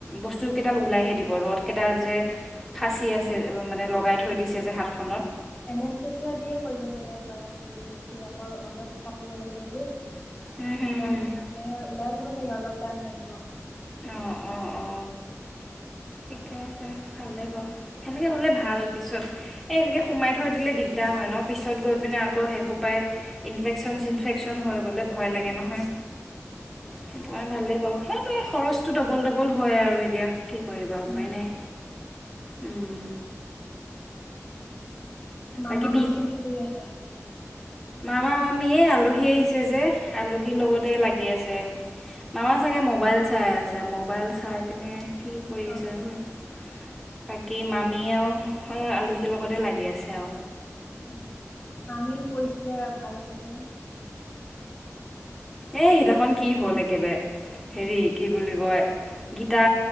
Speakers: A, in the centre; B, on the left.
A: বস্তু কেইডাল ওলাইহে দিব, ৰ'দ কেইডাল যে ফাচি আছে মানে লগাই থৈ দিছে যে হাতখনত।
B: এনেচিয়া <unintelligible> দিয়ে কৰিব চাগে কাৰণ বিহজ কৰি আকৌ অলপ কাটিব লাগিব যে। এতিয়া
A: হুম হুম হুম
B: নে, ওলাই দিব চাগে অলপ টাইম লাগিব।
A: অ' অ' অ'। ঠিকে আছে ভালেই বাৰু, সেনেকৈ হ'লে ভাল পিছত। এই এনেকৈ সোমাই থৈ দিলে দিগদাৰ হয় ন', পিছত গৈ পিনে আকৌ শেইসোপাই ইনফেকশ্যন
B: উম।
A: চিনফেকশচন হৈ গ'লে ভয় লাগে নহয়, সেইটো কাৰণে ভালেই বাৰু হে খৰচটো ডবল ডবল হয় আৰু, এতিয়া কি কৰিবা উপায়
B: উম,
A: নাই। উম,
B: মামা
A: বাকী বিষ
B: মামী কি কৰি আছে?
A: মামা মামীয়েই আলহী আহিছে যে আলহীৰ লগতে লাগি আছে। মামা চাগে
B: অ'।
A: মোবাইল চাই আছে মোবাইল চাই পিনে কি কৰি
B: অ',
A: আছেনো বাকী মামী আৰু আলহীৰ লগতে লাগি আছে আৰু।
B: উম, মামী পৰিছিলে ভাল হৈছে নে? <unintelligible>
A: এ সেইদিনাখন কি হ'ল একেবাৰে। হেৰি কি বুলি কয়, গীতা,